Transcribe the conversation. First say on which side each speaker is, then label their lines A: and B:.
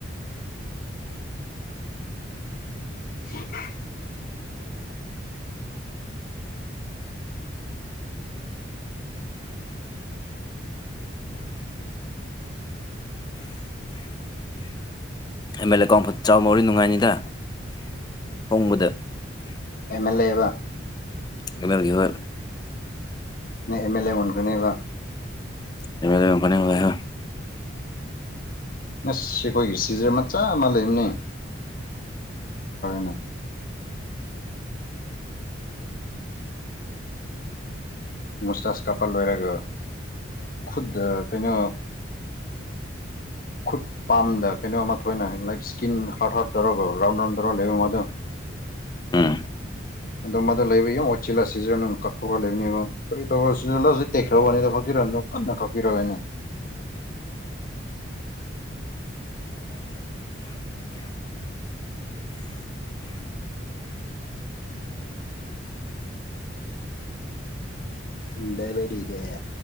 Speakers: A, on the left; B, on the left.
A: <unintelligible>
B: ꯑꯦꯝ ꯑꯦꯜ ꯑꯦ ꯀꯥꯎꯐꯠ <unintelligible> ꯅꯨꯡꯉꯥꯏꯅꯤꯗ ꯍꯣꯡꯕꯗ
A: ꯑꯦꯝ ꯑꯦꯜ ꯑꯦꯕ
B: <unintelligible> ꯍ‌ꯣꯏ
A: ꯅꯪ ꯑꯦꯝ ꯑꯦꯜ ꯑꯦ ꯎꯅꯒꯅꯤꯕ
B: <unintelligible>
A: ꯑꯁ ꯁꯤ ꯑꯩꯈꯣꯏꯒꯤ ꯁꯤꯖꯔ ꯃꯆꯥ ꯑꯃ ꯂꯩꯕꯅꯦ <unintelligible> ꯃꯣꯁꯇꯥꯖ ꯀꯥꯞꯄ ꯂꯣꯏꯔꯒ ꯈꯨꯠꯇ ꯀꯩꯅꯣ <inaudible> ꯈꯨꯠ ꯄꯥꯝꯗ ꯀꯩꯅꯣ ꯑꯃ ꯊꯣꯏꯅ ꯂꯥꯏꯛ ꯁ꯭ꯀꯤꯟ ꯍꯥꯔꯠ ꯍꯥꯔꯠ ꯇꯧꯔꯒ ꯔꯥꯎꯟ ꯔꯥꯎꯟ ꯇꯧꯔꯒ ꯂꯩꯕ ꯃꯗ
B: ꯎꯝ
A: ꯑꯗꯣ ꯃꯗꯨ ꯂꯩꯕ <unintelligible> ꯁꯤꯖꯔ ꯀꯛꯊꯣꯛꯑꯒ ꯂꯩꯕꯅꯤꯕ <unintelligible> ꯇꯦꯛꯈ꯭ꯔꯕꯣꯅꯤꯗ <unintelligible> ꯀꯟꯅ <unintelligible> ꯂꯩꯕꯒ‌ꯦꯗꯦ